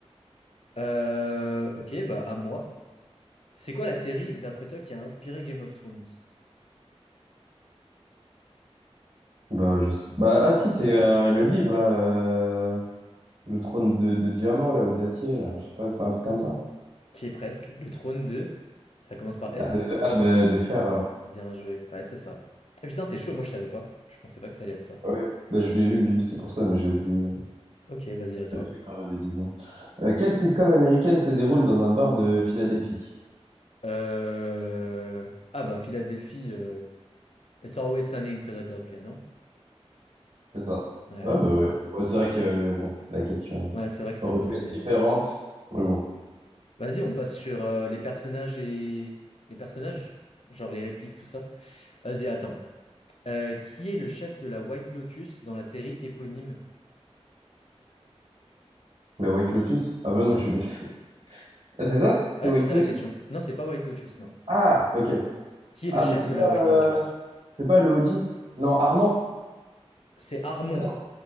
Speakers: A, on the left; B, on the right.
A: Euh, ok, bah à moi. C'est quoi la série, d'après toi, qui a inspiré Game of Thrones?
B: Bah, je... sais- bah, ah si, c'est euh, le livre, là. euh, Le trône de, de diamant, là, ou d'acier, là. Je sais pas, c'est un truc comme ça.
A: T'y es presque. Le trône de... Ça commence par F.
B: Ah, de, ah, bah, de fer, alors.
A: Bien joué. Ouais, c'est ça. Ah, putain, t'es chaud, moi je savais pas. Je pensais pas que ça allait être ça.
B: Ah Oui. Bah, je l'ai lu, le livre, c'est pour ça, mais j'ai oublié.
A: Ok, vas-y, à toi.
B: J'ai oublié quand j'avais 10 ans. Euh, quelle sitcom américaine se déroule dans un bar de Philadelphie?
A: Euh, Ah bah, Philadelphie. euh, It's always sunny in Philadelphia, non?
B: C'est ça.
A: Ouais, ouais.
B: Ah bah
A: Ouais,
B: ouais. Bon, c'est vrai que, euh, bon, la question
A: Ouais, c'est vrai que c'était
B: aurait
A: un peu
B: pu
A: donné
B: être différente.
A: là.
B: Mais bon.
A: Vas-y, on passe sur euh, les personnages et... Les personnages? Genre les répliques, tout ça. Vas-y, attends. Euh, qui est le chef de la White Lotus dans la série éponyme?
B: Bah, White Lotus? Ah bah non,
A: Ouais.
B: je suis bête. Ah, c'est ça? C'est
A: Ouais,
B: White
A: c'est ça
B: Lotus?
A: la question. Non, c'est pas White Lotus, non.
B: Ah, ok.
A: Qui
B: Ah,
A: est le chef
B: bah c'est
A: de
B: pas...
A: la White
B: euh,
A: Lotus?
B: C'est pas Lodi? Non, Armand?
A: C'est Armon.
B: Ah non,